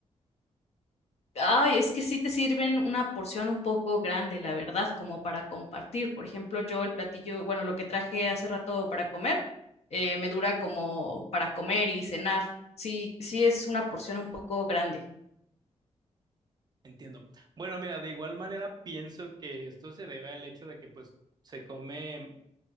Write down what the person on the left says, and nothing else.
ay, es que sí te sirven una porción un poco grande, la verdad, como para compartir. Por ejemplo, yo el platillo, bueno, lo que traje hace rato para comer, eh, me dura como para comer y cenar. Sí, sí es una porción un poco grande.